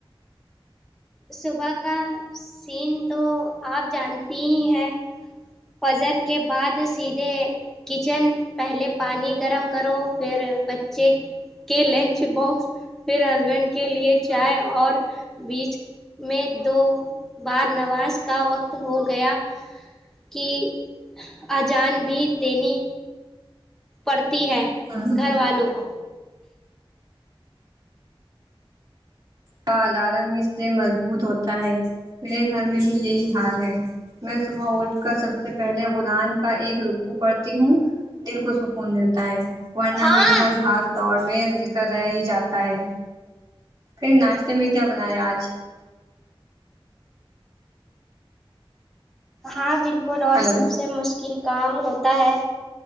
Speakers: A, in the centre; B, on the right.
A: صبح کا سین تو آپ جانتی ہی ہیں فجر کے بعد سیدھے کچن پہلے پانی گرم کرو پھر بچے کے لنچ باکس پھر ہسبینڈ کے لیے چائے اور بیچ میں دو بار نواز کا وقت ہو گیا کی اجان بھی دینی پڑتی ہے
B: ہ ہ
A: گھر والوں کو
B: کا الارم ہی سے مضبوط ہوتا ہے میرے گھر میں بھی یہی حال ہے میں صبح اٹھ کر سب سے پہلے قرآن کا ایک رکوع پڑتی ہوں دل کو سکون ملتا ہے ورنہ
A: ہاں
B: دن بھر بھگ دوڑنے کر رہ ہی جاتا ہے پھر ناشتے
A: کوئی بات
B: میں
A: نہیں
B: کیا
A: سام
B: بنایا
A: میں آتی
B: آج
A: ہے ہاں بالکل اور
B: ہلو
A: سب سے مشل کیل کام ہوتا ہے